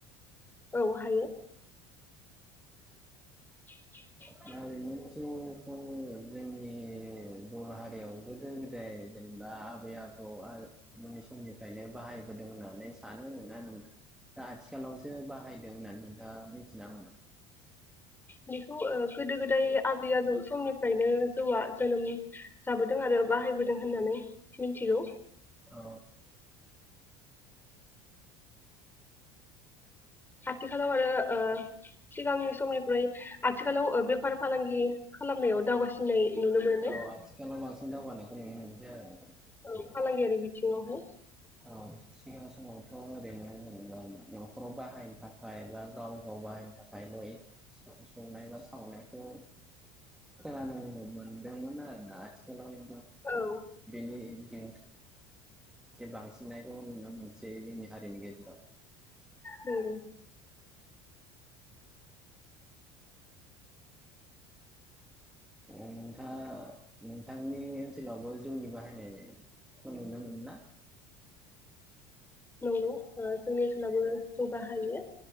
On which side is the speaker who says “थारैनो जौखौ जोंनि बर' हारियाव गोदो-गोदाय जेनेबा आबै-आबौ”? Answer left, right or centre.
Centre